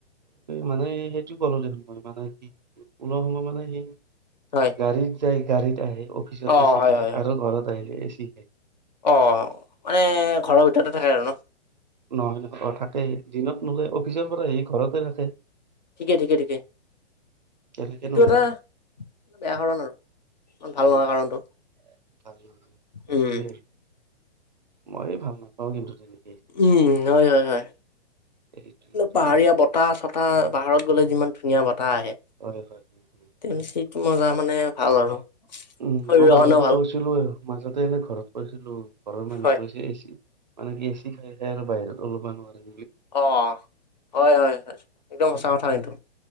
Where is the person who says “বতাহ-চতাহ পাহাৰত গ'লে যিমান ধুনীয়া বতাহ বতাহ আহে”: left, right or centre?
Left